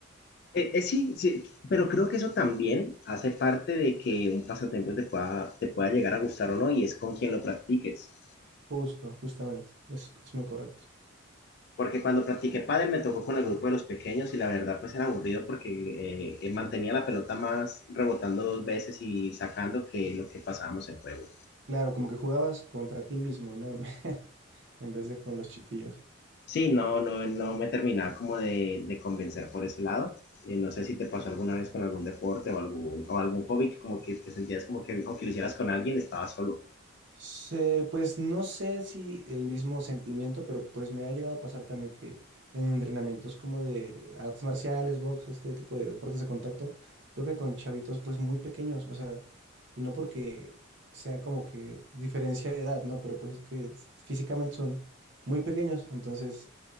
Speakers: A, on the left; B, on the right.
A: Eh, eh, sí, sí, pero creo que eso también hace parte de que un pasatiempo te pueda, te pueda llegar a gustar o no, y es con quien lo practiques.
B: Justo, justamente, es, es muy correcto.
A: Porque cuando practiqué pádel me tocó con el grupo de los pequeños y la verdad pues era aburrido porque eh, eh, mantenía la pelota más rebotando dos veces y sacando que lo que pasábamos en juego.
B: Claro, como que jugabas contra ti mismo, ¿no? <laughs> En vez de con los chiquillos.
A: Sí, no, no, no me terminaba como de, de convencer por ese lado. Eh, no sé si te pasó alguna vez con algún deporte o algún, o algún hobby que como que te sentías como que aunque lo hicieras con alguien estabas solo.
B: Se- pues no sé si el mismo sentimiento, pero pues me ha llegado a pasar también que en entrenamientos como de artes marciales, box, este tipo de deportes de contacto, toca con chavitos pues muy pequeños, o sea, y no porque sea como que diferencia de edad, ¿no? Pero pues es que físicamente son muy pequeños, entonces